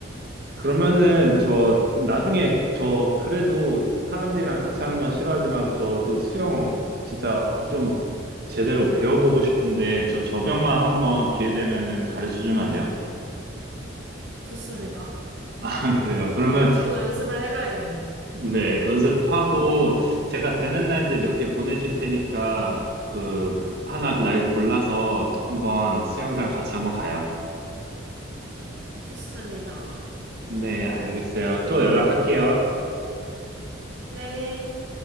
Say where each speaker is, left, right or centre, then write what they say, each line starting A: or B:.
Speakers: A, on the right; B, on the right.
A: 그러면은 저 나중에 저 그래도 사람들이랑 같이 하는 건 싫어하지만 저도 수영 진짜 좀 제대로 배워보고 싶은데 저 저병만 한번 기회 되면은 가르쳐 주면 안 돼요?
B: 좋습니다.
A: <laughs> 그래요. 그러면
B: 아, 저도 연습을 해가야겠네요.
A: 네, 연습하고 제가 되는 날들 몇 개 보내줄 테니까 그 하나 날 골라서 한번 수영장 같이 한번 가요.
B: 좋습니다.
A: 네, 알겠어요. 또 연락할게요.
B: 네.